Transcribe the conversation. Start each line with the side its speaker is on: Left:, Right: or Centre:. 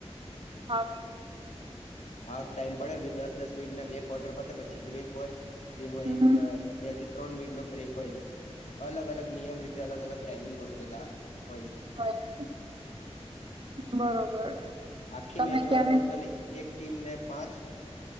Right: હાફ.
Left: હાફ ટાઈમ પડે વિધાઉટ દસ મિનિટના બે ક્વાટર પતે પછી બ્રેક હોય જેમાં
Right: હમ
Left: એક... બે થી ત્રણ મિનિટ નો બ્રેક હોય છે. અલગ અલગ નિયમ રીતે અલગ અલગ ટાઈમિંગ ગોઠવેલા...
Right: <inaudible>
Left: હોય છે
Right: બરોબર
Left: આખી
Right: તમે
Left: મેચમાં
Right: ક્યારે
Left: ટોટલી એક ટીમને પાંચ...